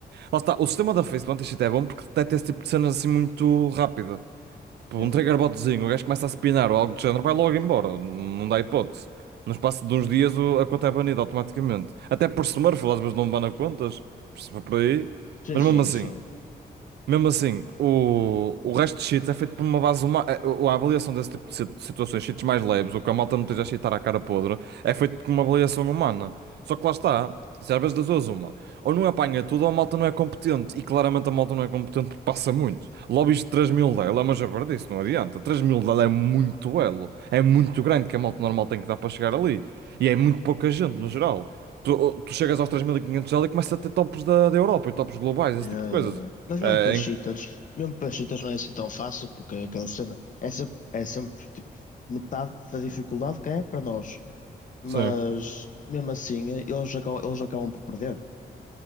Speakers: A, on the right; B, on the left.
A: Lá está, o sistema da Face do anti-cheat é bom porque detecta esse tipo de cenas assim muito rápida. Tipo,
B: Yeah.
A: um triggerbotzinho, o gajo começa a spinar ou algo do género, vai logo embora. Não dá hipótese. No espaço de uns dias o- a conta é banida automaticamente. Até por Smurf, às vezes não bana contas, por por aí.
B: Sim,
A: Mas
B: sim,
A: mesmo assim.
B: isso, yeah.
A: Mesmo assim, o, o resto de cheats é feito por uma base humana. A avaliação desse tipo de si- situações, cheats mais leves, ou que a malta não esteja a cheatar à cara podre, é feito por uma avaliação humana. Só que lá está, isso às vezes das duas uma. Ou não apanha tudo, ou a malta não é competente. E claramente a malta não é competente porque passa muito. Lobbies de três mil dela é uma jabardice, não adianta. três mil dela é muito elo. É muito grande que a malta normal tem que dar para chegar ali. E é muito pouca gente, no geral. Tu, tu chegas aos 3.500 dela e quinhentos elo e começas a ter tops da, da Europa e tops globais, esse
B: Yeah,
A: tipo de coisas.
B: yeah, yeah. Mas mesmo
A: É,
B: para
A: em-
B: cheaters, mesmo para cheaters não é assim tão fácil, porque é aquela cena, é sempre, é sempre tipo, metade da dificuldade que é para nós. Mas
A: sim.
B: mesmo assim, eh, eles acabam, eles acabam por perder.